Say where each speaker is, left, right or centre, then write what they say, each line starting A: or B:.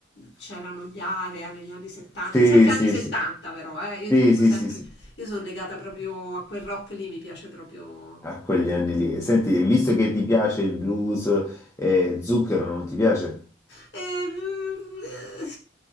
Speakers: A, on the left (about 60°); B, on the left (about 15°).
A: c'erano gli Area negli anni 70,
B: Sì,
A: sempre
B: sì,
A: anni 70
B: sì,
A: però, eh, io
B: sì,
A: ti dico
B: sì,
A: sempre,
B: sì, sì.
A: io sono legata proprio a quel rock lì, mi piace proprio
B: a quegli anni lì. Senti, e visto che ti piace il blues, eh, Zucchero non ti piace?
A: Eh, eh,